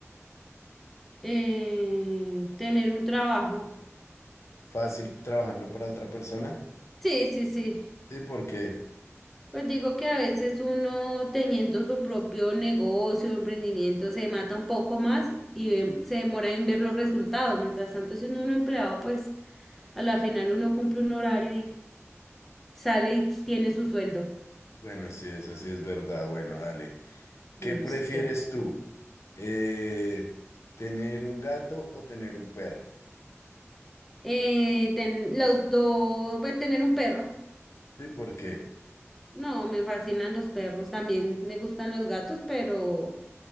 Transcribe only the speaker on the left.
Fácil trabajando para otra persona.
Sí, porque,
bueno, sí, eso sí es verdad. Bueno, dale. ¿Qué
prefieres tú? Eh, ¿tener un gato o tener un perro?
Sí, porque,